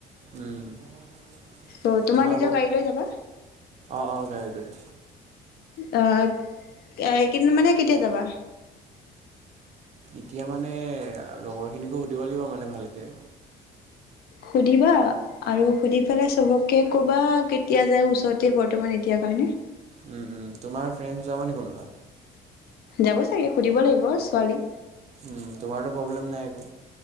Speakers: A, on the right; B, on the left.
A: উম, '
B: ত'
A: তোমাৰ
B: নিজৰ
A: আক',
B: গাড়ী লৈ যাবা
A: অ-অ গাড়ী লৈ।
B: অ', এইকেইদিন মানে কেতিয়া যাবা?
A: এতিয়া মানে লগৰ- খিনিকো সুধিব লাগিব মানে ভালকে।
B: সুধিবা? আৰু সুধি পেলাই চবকে, ক'বা কেতিয়া যায়, ওচৰতে বৰ্তমান এতিয়া কাৰণে।
A: উম, -উম, তোমাৰ ফ্ৰেইণ্ড যাব নি কোনোবা?
B: যাব চাগে সুধিব লাগিব, ছোৱালী।
A: উম, 'তোমাৰটো প্ৰব্লেম নাই একো?